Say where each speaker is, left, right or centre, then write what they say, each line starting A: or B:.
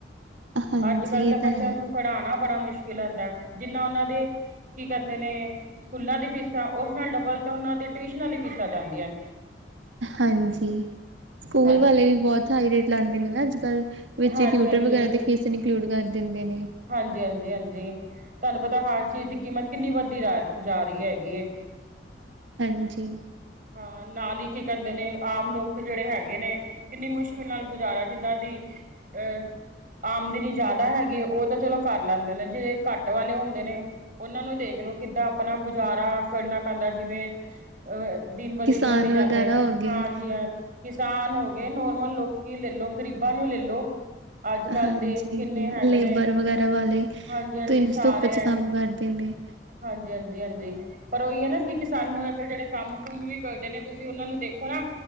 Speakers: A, on the right (about 85°); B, on the right (about 45°).
A: ਹਾਂਜੀ
B: ਅੱਜ ਕੱਲ੍ਹ ਤਾਂ
A: ਇਹ
B: ਬੱਚਿਆਂ
A: ਹੈ
B: ਨੂੰ ਪੜ੍ਹਾਣਾ ਬੜਾ ਮੁਸ਼ਕਿਲ ਹੁੰਦਾ, ਜਿੰਨਾ ਉਹਨਾਂ ਦੇ ਕੀ ਕਹਿੰਦੇ ਨੇ। ਸਕੂਲਾਂ ਦੀ ਫੀਸਾਂ ਉਸ ਨਾਲ ਡਬਲ ਤੇ ਉਹਨਾਂ ਦੀ ਟਿਊਸ਼ਨਾਂ ਦੀ ਫੀਸਾਂ ਜਾਂਦੀਆਂ।
A: ਹਾਂਜੀ, ਸਕੂਲ
B: ਹਾਂਜੀ
A: ਵਾਲੇ ਵੀ ਬਹੁਤ ਹਾਈ ਰੇਟ ਲਾਂਦੇ ਨੇ ਨਾ ਅੱਜ ਕੱਲ੍ਹ। ਵਿੱਚ
B: ਹਾਂਜੀ
A: ਈ ਟਿਊਟਰ
B: ਹਾਂਜੀ
A: ਵਗੈਰਾ ਦੀ ਫੀਸ ਇਨਕਲੁਊਡ ਕਰ ਦਿੰਦੇ ਨੇ।
B: ਹਾਂਜੀ- ਹਾਂਜੀ, ਹਾਂਜੀ ਤੁਹਾਨੂੰ ਪਤਾ ਹਰ ਚੀਜ਼ ਦੀ ਕੀਮਤ ਕਿੰਨੀ ਵੱਧਦੀ ਜਾ- ਜਾ ਰਹੀ ਹੈਗੀ ਏ।
A: ਹਾਂਜੀ।
B: ਹਾਂ, ਨਾਲ ਈ ਕੀ ਕਹਿੰਦੇ ਨੇ, ਆਮ ਲੋਕ ਜਿਹੜੇ ਹੈਗੇ ਨੇ ਕਿੰਨੀ ਮੁਸ਼ਕਿਲ ਨਾਲ ਗੁਜ਼ਾਰਾ ਜਿੰਨਾਂ ਦੀ ਅ ਆਮਦਨੀ ਜ਼ਿਆਦਾ ਹੈਗੀ ਏ ਉਹ ਤਾਂ ਚਲੋ ਕਰ ਲੈਂਦੇ ਨੇ, ਜਿਹੜੇ ਘੱਟ ਵਾਲੇ ਹੁੰਦੇ ਨੇ ਉਹਨਾਂ ਨੂੰ ਈ ਦੇਖ ਲਓ, ਕਿੱਦਾਂ ਆਪਣਾ ਗੁਜ਼ਾਰਾ ਕਰਨਾ ਪੈਂਦਾ ਜਿਵੇਂ ਅ ਦਿਨ ਬ
A: ਕਿਸਾਨ
B: ਦਿਨ ਵੱਧੀ ਜਾਂਦੇ
A: ਵਗੈਰਾ
B: ਐਂ,
A: ਹੋ
B: ਹਾਂ
A: ਗਏ
B: ਹਾਂਜੀ- ਹਾਂਜੀ। ਕਿਸਾਨ ਹੋ ਗਏ, ਨੋਰਮਲ ਲੋਕੀ ਲੈਲੋ, ਗ਼ਰੀਬਾਂ ਨੂੰ ਈ ਲੈਲੋ। ਅੱਜ ਕੱਲ
A: ਹਾਂਜੀ,
B: ਦੇ ਕਿੰਨੇ ਹੈਗੇ
A: ਲੇਬਰ
B: ਨੇ
A: ਵਗੈਰਾ ਵਾਲੇ,
B: ਹਾਂਜੀ ਹਾਂਜੀ
A: ਦਿਨ 'ਚ
B: ਸਾਰੇ
A: ਧੁੱਪ ਚ
B: ਹੈ
A: ਕੰਮ ਕਰਦੇ ਆ। ਤੇ ਨੈ
B: ਹਾਂਜੀ- ਹਾਂਜੀ, ਹਾਂਜੀ ਪਰ ਉਹੀ ਏ ਨਾ ਕਿ ਕਿਸਾਨ ਜਿਹੜੇ ਕੰਮ ਗੁੰਮ ਵੀ ਕਰਦੇ ਨੇ, ਤੁਸੀਂ ਉਹਨਾਂ ਨੂੰ ਵੀ ਦੇਖੋ ਨਾ।